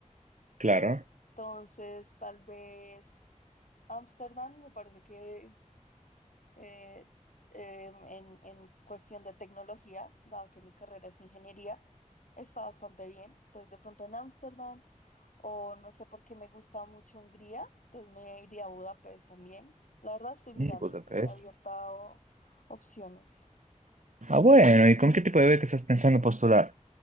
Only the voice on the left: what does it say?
Entonces, tal vez Ámsterdam me parece que eh, eh, en, en cuestión de tecnología, dado que mi carrera es ingeniería, está bastante bien. Entonces, de pronto en Ámsterdam, o no sé por qué me gusta mucho Hungría, entonces me iría a Budapest también. La verdad estoy mirando,
estoy abierta a opciones.